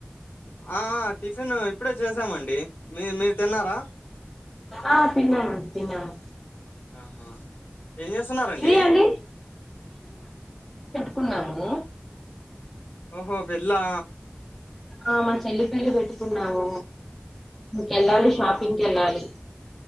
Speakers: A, on the left; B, in the centre.
A: ఆ ఆ టిఫిన్ ఇప్పుడే చేసామండి మీ మీరు తిన్నారా
B: ఆ తిన్నామండి తిన్నాము
A: ఆహా ఏం చేస్తున్నరండి
B: ఇది అండి కున్నాము
A: ఓహో పెళ్లా
B: ఆ మా చెల్లి పెళ్లి పెట్టుకున్నాము ఇంకెళ్లాలి
A: ఓహో
B: షాపింగ్ కెళ్ళాలి